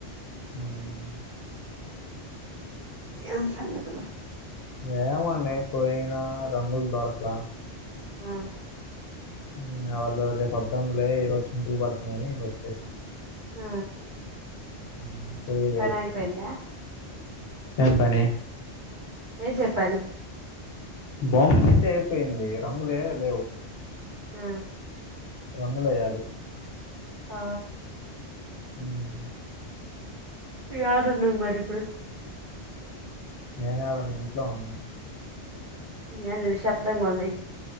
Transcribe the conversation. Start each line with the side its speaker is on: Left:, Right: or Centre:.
Left: ఉమ్
Right: ఏం సంగతులు
Left: ఏమండీ పోయినా రంగుల్ దొరక్లా
Right: ఆ
Left: ఇంగ వాళ్ళు రేపు వద్దాంలే ఈ రోజు చినుకులు పడుతున్నాయని ఇంకొచ్చేసాం
Right: ఆ
Left: ఉమ్ పోయి వేస్ట్
Right: పని అయిపోయిందా
Left: ఏం పని
Right: రే చెప్పండి
Left: బొమ్మ అయితే అయిపోయింది రంగులే లేవు
Right: ఆ
Left: రంగులేయాలి
Right: ఆ
Left: ఉమ్
Right: యాడున్నవ్ మరి ఇప్పుడు
Left: నేనాడ మి ఇంట్లో ఉన్నా
Right: ఎంది నిశబ్దంంగ ఉంది